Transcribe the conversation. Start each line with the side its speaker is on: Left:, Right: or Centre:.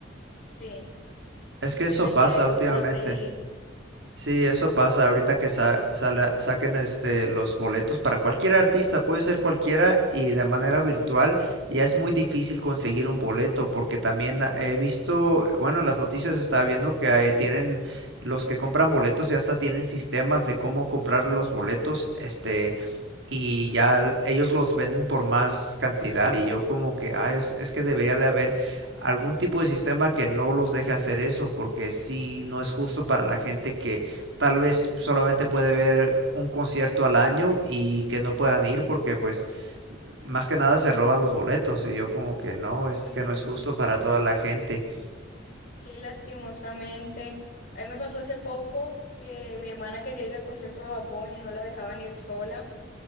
Left: Sí,
Right: Es que
Left: sí
Right: eso
Left: me
Right: pasa
Left: quedé con
Right: últimamente.
Left: ganas de ir.
Right: Sí, eso pasa ahorita que sa- sala- saquen este los boletos para cualquier artista, puede ser cualquiera y de manera virtual ya es muy difícil conseguir un boleto porque también ah, he visto, bueno, en las noticias estaba viendo que ahí tienen los que compran boletos ya hasta tienen sistemas de cómo comprar los boletos, este y ya ellos los venden por más cantidad y yo como que, ah, es, es que debería de haber algún tipo de sistema que no los deje hacer eso porque sí no es justo para la gente que tal vez solamente puede ver un concierto al año y que no puedan ir porque pues más que nada se roban los boletos y yo como que no,
Left: Sí,
Right: es que no es justo para toda la gente.
Left: sí, lastimosamente. A mí me pasó hace poco que mi hermana quería ir al concierto de Bad Bunny y no la dejaban ir sola